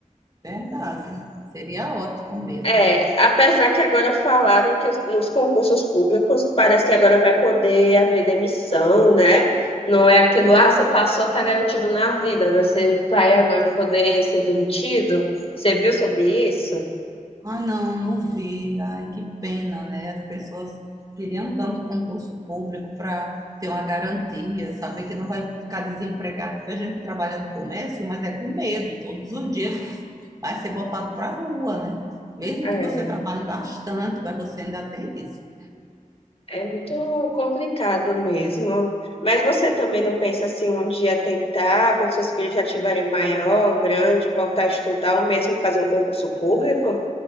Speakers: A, on the right (about 25°); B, on the left (about 45°).
A: verdade. Seria ótimo mesmo.
B: É, apesar que agora falaram que os- nos concursos públicos parece que agora vai poder haver demissão, né? Não é aquilo, ah, você passou, tá garantido na vida, mas você vai agora poder ser demitido. Você viu sobre isso?
A: Ai, não, não vi. Ai, que pena, né? As pessoas queriam tanto concurso público para ter uma garantia, saber que não vai ficar desempregado, porque a gente trabalha no comércio, mas é com medo. Todos os dias vai ser botado para a rua, né? Mesmo
B: É,
A: que você trabalhe bastante, mas você ainda tem isso.
B: é muito complicado mesmo. Mas você também não pensa assim um dia tentar, quando seus filhos já tiverem maior, grande, voltar a estudar ou mesmo fazer um concurso público?